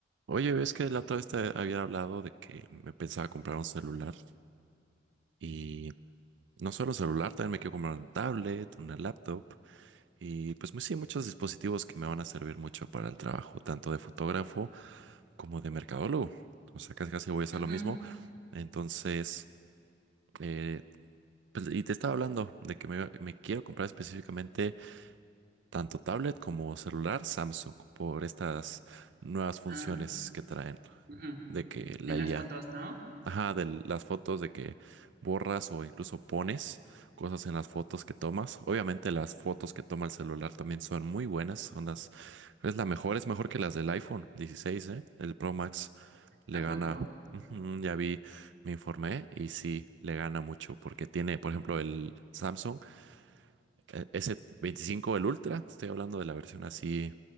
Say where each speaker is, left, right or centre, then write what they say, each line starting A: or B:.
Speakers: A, on the right; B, on the right.
A: Oye, ves que la otra vez te había hablado de que me pensaba comprar un celular y no solo celular, también me quiero comprar un tablet, una laptop y pues mu- sí, muchos dispositivos que me van a servir mucho para el trabajo, tanto de fotógrafo como de mercadólogo. O sea, casi casi voy a hacer
B: Ujú.
A: lo mismo. Entonces, eh, pues, y te estaba hablando de que me, me quiero comprar específicamente tanto tablet como celular Samsung por estas nuevas funciones
B: Ah,
A: que traen
B: ujú.
A: de que la
B: De las
A: IA.
B: fotos, ¿no?
A: Ajá, de las fotos de que borras o incluso pones cosas en las fotos que tomas. Obviamente las fotos que toma el celular también son muy buenas, son las, es la mejor, es mejor que las del iPhone 16, ¿eh? El Pro Max le
B: ¿A
A: gana,
B: poco?
A: Ujú, ya vi, me informé y sí, le gana mucho porque tiene, por ejemplo, el Samsung eh, S25, el Ultra, te estoy hablando de la versión así,